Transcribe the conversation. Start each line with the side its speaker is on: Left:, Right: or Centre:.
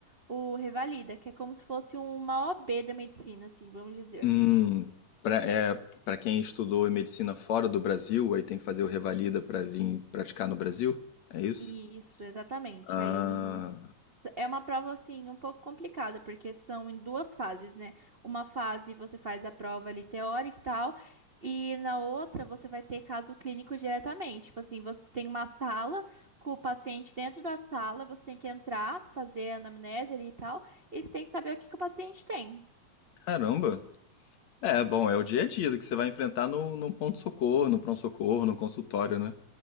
Right: o revalida, que é como se fosse uma OB da medicina, assim, vamos dizer.
Left: Hum, para é, para quem estudou em medicina fora do Brasil, aí tem que fazer o revalida para vir praticar no Brasil? É isso?
Right: Isso, exatamente.
Left: Ah,
Right: Aí s- é uma prova assim um pouco complicada, porque são em duas fases, né? Uma fase você faz a prova ali teórica e tal, e na outra você vai ter caso clínico diretamente. Tipo assim, você tem uma sala com o paciente dentro da sala, você tem que entrar, fazer a anamnese ali e tal, e você tem que saber o que que o paciente tem.
Left: caramba. É, bom, é o dia a dia que você vai enfrentar no, no ponto-socorro, no pronto-socorro, no consultório, né?